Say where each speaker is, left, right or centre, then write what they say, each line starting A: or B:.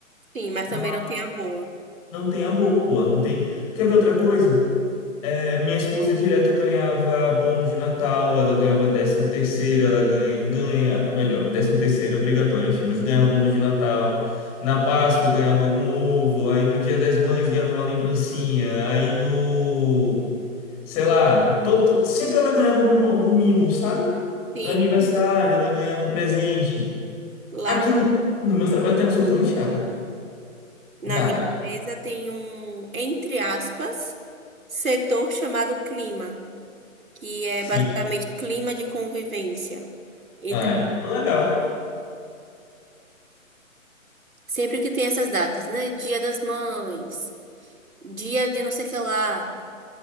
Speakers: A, on the right (about 75°); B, on the left (about 25°).
A: Sim, mas
B: mas
A: também não tem a boa.
B: não tem a boa, não tem. Quer ver outra coisa? É, minha esposa direto ganhava bônus de Natal, ela ganhava décimo terceiro, ela ganha, ganha, melhor, décimo terceiro é obrigatório, enfim, mas ganhava bônus de Natal. Na Páscoa ganhava algum ovo, aí no Dia das Mães ganhava uma lembrancinha, aí no, sei lá, todo, sempre ela ganhava alguma, algum mimo, sabe?
A: Sim,
B: No aniversário ela ganhava presente.
A: lá
B: Aqui no, no meu trabalho tem absolutamente nada.
A: na
B: Nada.
A: minha empresa tem um, entre aspas, setor chamado clima, que é
B: Sim.
A: basicamente clima de convivência. Então,
B: Ai, legal.
A: sempre que tem essas datas, né? Dia das Mães, dia de não sei o que lá.